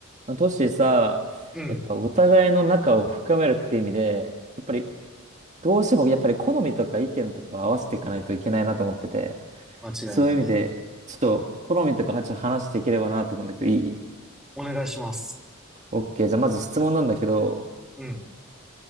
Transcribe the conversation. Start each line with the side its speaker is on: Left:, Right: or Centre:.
Right: まあトシさ、
Centre: うん。
Right: やっぱお互いの仲を深めるって意味で、やっぱりどうしてもやっぱり好みとか意見とか合わせていかないといけないなと思ってて、
Centre: 間違いないね。
Right: そういう意味で、ちょっと好みとかちょっと話していければなと思うんだけど、いい
Centre: お願いします。
Right: ?OK。じゃあまず質問なんだけど、
Centre: うん。